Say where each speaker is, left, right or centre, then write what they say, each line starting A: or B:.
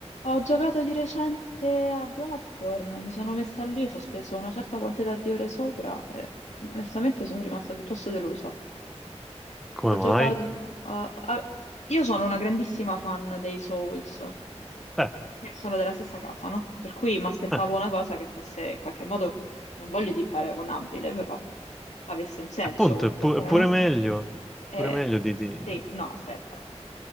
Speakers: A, on the left (about 80°); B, in the centre.
A: Ho giocato di recente a Bloodborne, mi sono messa lì, ci ho speso una certa quantità di ore sopra e onestamente sono rimasta piuttosto delusa.
B: Come
A: Ho giocato...
B: mai?
A: a- a- Io sono una grandissima fan dei Souls,
B: Eh,
A: che sono della stessa casa, no? Per cui mi aspettavo
B: eh,
A: una cosa che fosse in qualche modo, non voglio dire paragonabile, però avesse un senso
B: appunto,
A: quantomeno,
B: è, pu- è pure
A: no?
B: meglio,
A: E...
B: pure meglio di... di-
A: Sì, no, aspetta.